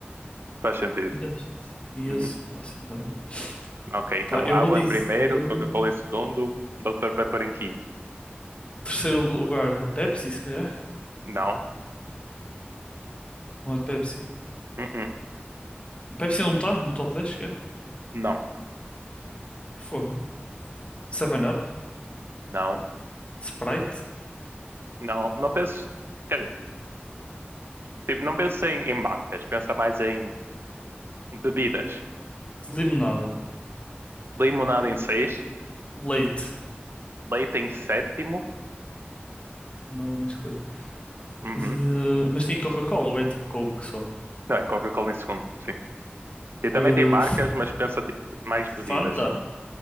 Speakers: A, on the right; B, on the left.
A: Faz sentido.
B: Entendes? E
A: Uhum.
B: eu, se- pá, sim, mas é.
A: Ok, então
B: Pá, eu
A: água
B: vou dizer.
A: em primeiro, Coca-Cola em segundo, Dr. Pepper em quinto.
B: Terceiro lugar, Pepsi, se calhar.
A: Não.
B: Não é Pepsi.
A: Uhum.
B: Pepsi não está no top 10, cara.
A: Não.
B: Fogo. Seven up
A: Não.
B: Sprite,
A: Não, não penses. Quer dizer, tipo, não penses em, em marcas, pensa mais em bebidas.
B: limonada,
A: Limonada em sexto,
B: leite.
A: leite em sétimo.
B: Tipo, nada mais que leite.
A: Uhum.
B: Eh, mas tem Coca-Cola ou é tipo Coke só?
A: Não, é Coca-Cola em segundo, sim. E também
B: Eh,
A: tem marcas, mas pensa tipo mais bebidas.
B: Fanta,